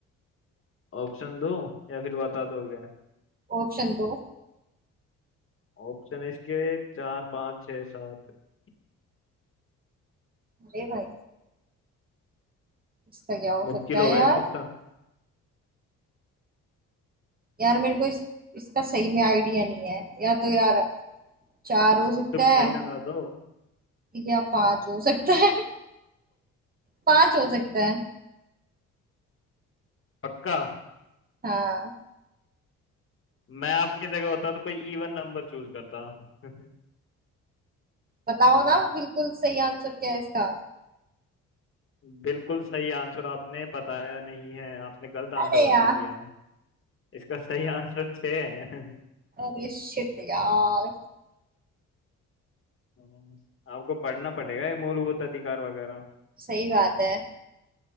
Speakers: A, on the left; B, on the right.
A: ऑप्शन दो या फिर बता दोगे
B: ऑप्शन दो
A: ऑप्शन इसके चार पाँच छः सात <laughs>
B: अरे भाई इसका क्या हो
A: मुश्किल
B: सकता है
A: हो गए
B: यार
A: ना ऑप्शन
B: यार मेरे को इस इसका सही में आइडिया नहीं है या तो यार चार
A: <laughs>
B: हो सकता
A: तुक्का
B: है
A: ही लगा दो
B: या पांच हो सकता है <laughs> पांच हो सकता है
A: पक्का
B: हाँ
A: मैं आपकी जगह होता तो कोई इवन नंबर चूज करता <laughs>
B: बताओ ना बिल्कुल सही आंसर क्या है इसका
A: बिल्कुल सही आंसर आपने बताया नहीं है आपने गलत आंसर
B: अरे
A: बता
B: यार
A: दिया इसका सही आंसर छः है
B: अरे शिट यार
A: <laughs> आपको पढ़ना पड़ेगा ये मूलभूत अधिकार वगैरह
B: सही बात है